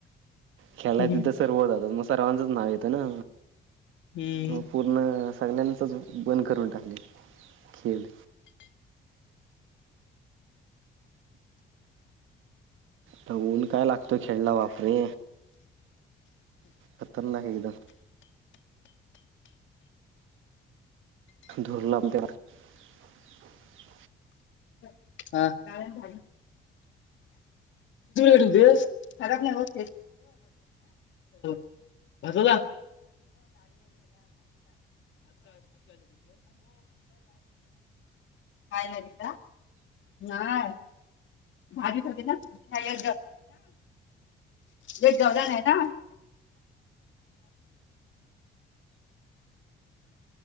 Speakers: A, on the right; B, on the left.
A: खेलाय
B: हम्म
A: तर सर्व म सर्वाचच. नाव येत ना
B: हम्म
A: हो पूर्ण सगल्याचाच बंद करून टाकले खेल तर ऊन काय लागतो खेडला बापरे! खतरनाक एकदम धुर लांब <unintelligible>
B: हा कितीला भेटल ते खराब नाय होत <unintelligible> <inaudible> <unintelligible> काय कायनाय नाय भाजी ठेवलीय ना हा जेवला नाय ना <unintelligible>